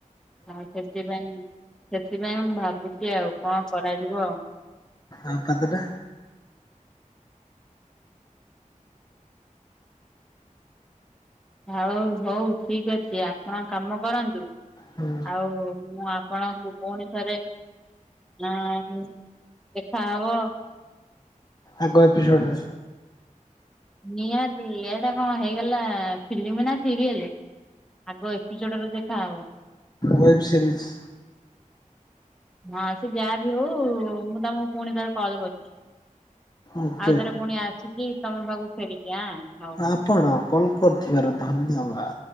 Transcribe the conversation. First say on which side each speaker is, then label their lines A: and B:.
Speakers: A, in the centre; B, on the left.
A: ଆଉ ସେଥିପାଇଁ ସେଥିପାଇଁ ମୁଁ ଭାବୁଛି ଆଉ କଣ କରାଯିବ ଆଉ।
B: ଆଉ ପାଦଟା।
A: ହଉ ହଉ ଠିକ ଅଛି ଆପଣ କାମ କରନ୍ତୁ।
B: ହୁଁ
A: ଆଉ ମୁଁ ଆପଣଙ୍କୁ ପୁଣି ଥରେ ନାଁ ଦେଖା ହବ।
B: ଆଗ ଏପିସୋଡ ରେ।
A: ନିହାତି ଏଇଟା କଣ ହେଇଗଲା ଫିଲ୍ମ ନା ସିରିଏଲ। ଆଗ ଏପିସଡରେ ଦେଖା ହବ।
B: Web series.
A: ହଁ ସେ ଯାହା ବିି ହଉ ମୁଁ ତମକୁ ପୁଣି ଥରେ କଲ୍ କରିୁଛି।
B: ଓକେ
A: ଆଉ ଥର ପୁଣି ଆସୁଛିି ତମ ପାଖକୁ ଫେରିକି ଆଁ।
B: ଆପଣ କଲ୍ କରିଥିବାର ଧନ୍ୟବାଦ।